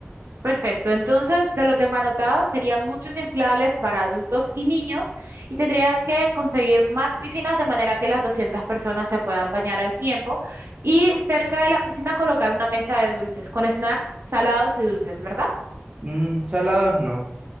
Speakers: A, on the right (about 70°); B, on the right (about 30°).
A: Perfecto, entonces ya lo tengo anotado, serían muchos inflables para adultos y niños y tendría que conseguir más piscinas de manera que las 200 personas se puedan bañar al tiempo y cerca de la piscina colocar una mesa de dulces con snacks salados y dulces, ¿verdad?
B: Mm, salados no.